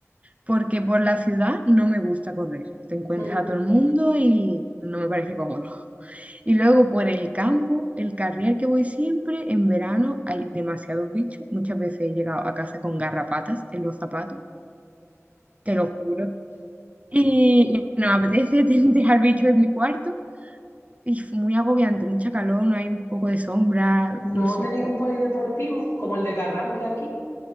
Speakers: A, on the right; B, on the left.
A: Porque por la ciudad no me gusta correr. Te encuentras
B: Mm.
A: a todo el mundo y no me parece cómodo. Y luego por el campo, el carrial que voy siempre, en verano hay demasiados bichos. Muchas veces he llegado a casa con garrapatas en los zapatos, te lo juro. Y, y no me apetece <laughs> dejar bichos en mi cuarto. Y fue muy agobiante, mucha calor, no hay un poco de sombra, no
B: ¿No
A: sé.
B: tenéis
A: no-
B: un polideportivo como el de Carranque aquí?